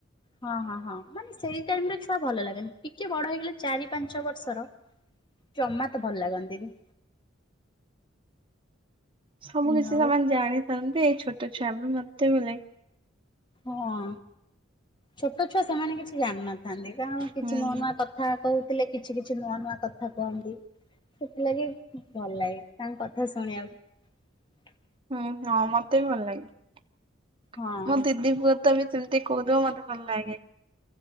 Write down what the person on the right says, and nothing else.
ସବୁ
କିଛି
ସେମାନେ ଜାଣିଥାନ୍ତି ଏଇ ଛୋଟ ଛୁଆ ବି ମତେ କେତେ ବେଳେ
ହୁଁ।
ହୁଁ ହଁ ମତେ ବି ଭଲ ଲାଗେ।
ମୋ ଦିଦି ପୁଅ ତ ବି ସେମତି କହୁଥିବ ମତେ ଭଲ ଲାଗେ।